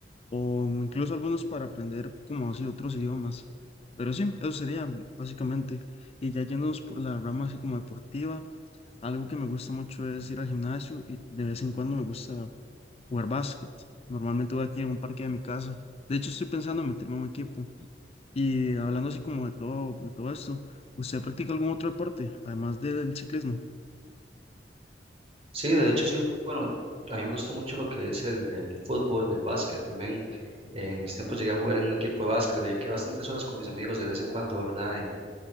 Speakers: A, on the left; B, on the right.
A: o incluso algunos para aprender como así otros idiomas. Pero sí, eso sería básicamente. Y ya yéndonos por la rama así como deportiva, algo que me gusta mucho es ir al gimnasio y de vez en cuando me gusta jugar básquet. Normalmente voy aquí en un parque de mi casa. De hecho, estoy pensando en meterme en un equipo. Y hablando así como de todo, de todo esto, ¿usted practica algún otro deporte, además del ciclismo?
B: Sí, de hecho sí, bueno, a mí me gusta mucho lo que es el, el fútbol, el básquet también. Eh, en mis tiempos llegué a jugar en un equipo de básquet, le dediqué bastantes horas con mis amigos de vez en cuando, ¿verdad? En-